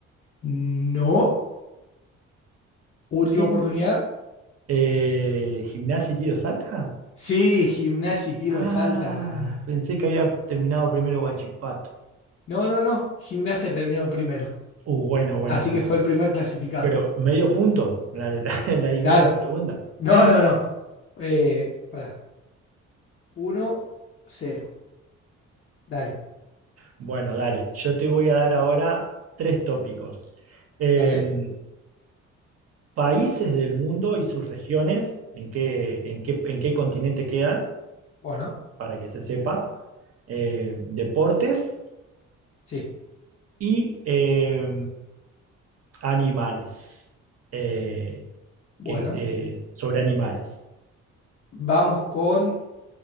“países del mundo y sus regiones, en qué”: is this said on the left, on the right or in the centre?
Right